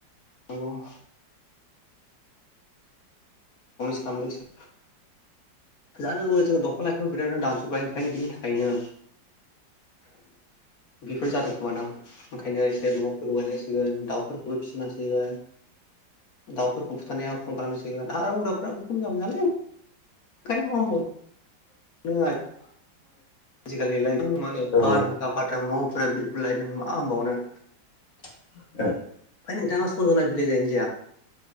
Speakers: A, on the left; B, on the left.
A: नांगौ उम <unintelligible> जानांगौ गासैबो दंफां-लाइफां दानफायबाय ओंखायनो बेनि थाखायनो। बेफोर जादों खोमादां ओंखायनो एसे दफांफोरखौ गायनांसिगोन दाउफोरखौबो फिसिनांसिगोन। दाउफोरखौ बुथारनाया खम खालामनांसिगोन हाग्रा मुग्राफ्राबो खम जाबाय नालाय ओंखायनो मबाव
B: <inaudible>
A: नों आइ
B: <unintelligible>
A: आजिखालि लाइफां माहोनो
B: औ
A: बारहुंखा बारदों न'फोरा बिरगुलायदों मा होनबावनो
B: <inaudible>
A: ओमफाय नोंथाङा सजना बिलाइ जायोना जाया?